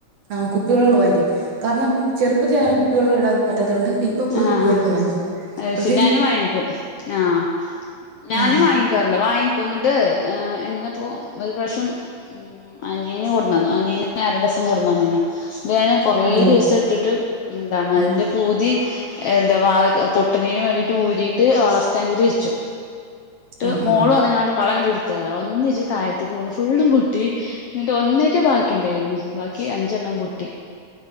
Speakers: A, on the right; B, on the left.
A: ആഹ് കുപ്പികളുകൾ വാങ്ങിക്കും കാരണം ചെറുപ്പത്തിൽ അങ്ങനെ കുപ്പികളകൾ ഇടാൻ പറ്റാത്തത് കൊണ്ട് ഇപ്പ പോയി
B: ആഹ്
A: കുപ്പികളകൾ വാങ്ങിക്കു
B: അത്
A: പ്ര
B: ശരി ഞാനും വാങ്ങിക്കും ആഹ് ഞാനും
A: ആ
B: വാങ്ങിക്കും വാങ്ങിക്കാറുണ്ട് വാങ്ങിക്കന്നിട്ട് ന്നപ്പോ ഒരു പ്രവശ്യം ഉം അനിയന് കൊടുന്നന്നു അനിയന്അര ടസം കൊടുന്നന്നീന്നു ന്നിട് ഞാൻ കൊറെേ
A: ആണല്ലേ
B: ദിവസം ഇട്ടിട്ട് എന്താണ് അതിന്റെ
A: ആ
B: പൂതി എന്താ മാ പൊട്ടണിന് വേണ്ടിട്ട് ഊരിയിട്ട് വള സ്റ്റാൻഡൽ വെച്ചു ട്ട്
A: ആ
B: മോള
A: ആ
B: വന്നുങ്ങാണ്ട് വളങ്ങട്ട് എടുത്തത ഒന്നിച്ച് താഴ്തക്ക് വീണ് ഫുള്ളും പൊട്ടി ട്ടി എന്നിട്ട് ഒന്നേറ്റ ബാക്കി ഉണ്ടായിരുന്നു ബാക്കി അഞ്ചെണ്ണം പൊട്ടി